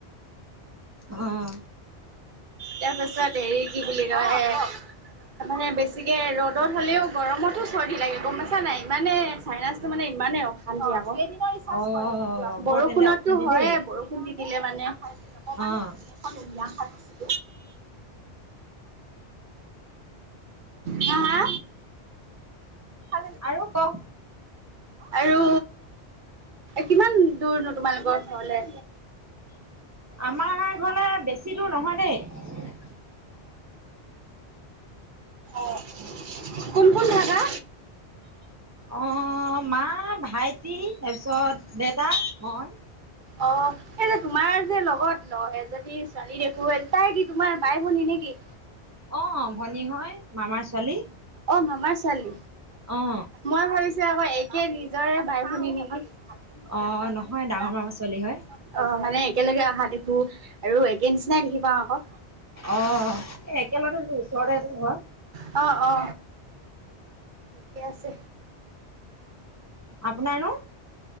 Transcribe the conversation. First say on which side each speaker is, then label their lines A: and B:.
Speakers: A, on the right; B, on the right.
A: অহ
B: তাৰ পাছত হেৰি কি বুলি কয় হে তাৰমানে বেছিকে ৰ'দত হ'লেও গৰমতো চৰ্দি লাগে গম পাইছা নাই, ইমানে চাইনাচটো মানে ইমানে, অশান্তি বৰষুণতো
A: অ', বৰ তেন্তে অশান্তি
B: হয়ে,
A: দেই
B: বৰষুণ দি দিলে মানেই
A: অ',
B: <unintelligible> হা, হা? <unintelligible>
A: আৰু কওক
B: আৰু কিমান দূৰ নো তোমালোকৰ ঘৰলে?
A: আমাৰ ঘৰলে, বেছি দূৰ নহয়, দেই।
B: অ', কোন কোন থাকা?
A: অ মা, ভাইটি, তাৰপিছত দেউতা, মই।
B: অ' এই যে, তোমাৰ যে লগত এজনী ছোৱালী দেখোঁ, তাই কি তোমাৰ বাই-ভনী নেকি?
A: অ', ভনী হয়, মামাৰ ছোৱালী।
B: অ', মামাৰ ছোৱালী,
A: অ',
B: মই ভাবিছো আকৌ একেই নিজৰে বাই-ভনি নেকি। <unintelligible>
A: অ', নহয় হয় ডাঙৰ মামাৰ ছোৱালী হয়
B: একেলগে অহা দেখো, আৰু একে নিচিনাই দেখি পাওঁ আকৌ।
A: অ', এই একেলগতে ওচৰতে যে ঘৰ
B: <unintelligible> অ অ। ঠিকে আছে।
A: আপোনাৰ ন